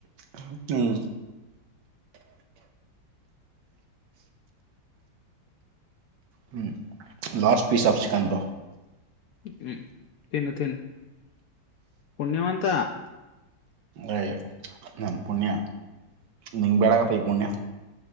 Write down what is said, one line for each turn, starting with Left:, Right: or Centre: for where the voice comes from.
Right: ಹ್ಮ್ ಹ್ಮ ಲಸ್ ಪೀಸ್ ಆಫ್ ಚಿಕನ್ ರ
Left: ಹ್ಮ್ ತಿನ್ ತೀನ್ ಪುಣ್ಯವಂತ
Right: ಅಯ ನ ಪುಣ್ಯ ನಿಂಗ ಬ್ಯಾಡಗಪ್ಪ ಪುಣ್ಯ